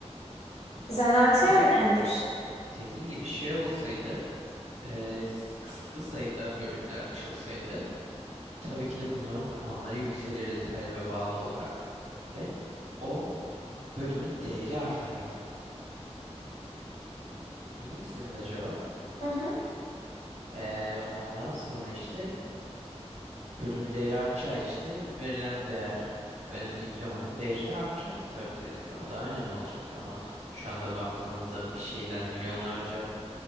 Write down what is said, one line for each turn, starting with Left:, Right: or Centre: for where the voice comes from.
Left: Zanaate
Right: yani
Left: yönlendir.
Right: dediğin gibi şey olsaydı e, s- kısıtlı sayıda bölümler açılsaydı tabii ki de bunların puanları yükselirdi talebe bağlı olarak ve o bölümün değeri artardı. İyi misiniz acaba?
Left: Hı hı,
Right: E, ondan sonra işte Bölümün değeri artacağı için de verilen değer, yani diplomanın değeri de artacaktı tabii ki de. Diploma daha önemli olacaktı ama şu anda baktığınızda bir şeyden milyonlarca